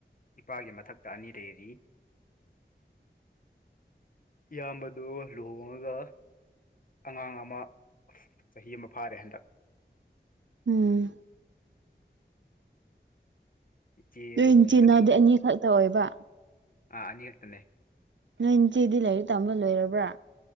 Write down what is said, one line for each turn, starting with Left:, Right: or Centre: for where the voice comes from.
Left: ꯏꯄꯥꯒꯤ ꯃꯊꯛꯇ ꯑꯅꯤ ꯂꯩꯔꯤ ꯏꯌꯥꯝꯕꯗꯣ ꯂꯨꯍꯣꯡꯉꯒ ꯑꯉꯥꯡ ꯑꯃꯥ ꯆꯍꯤ ꯑꯃ ꯐꯥꯔꯦ ꯍꯟꯗꯛ
Right: ꯎꯝ
Left: ꯏꯆꯦ
Right: ꯅꯣꯏ
Left: ꯂꯨꯍꯣꯡꯗ꯭ꯔꯤ
Right: ꯅꯆꯤꯟꯅꯥꯎꯗꯤ ꯑꯅꯤꯈꯛꯇ ꯑꯣꯏꯕꯥ
Left: ꯑꯥ ꯑꯅꯤꯈꯛꯇꯅꯦ
Right: ꯅꯣꯏ ꯅꯆꯦꯗꯤ ꯂꯥꯏꯔꯤꯛ ꯇꯝꯕ ꯂꯣꯏꯔꯕ꯭ꯔꯥ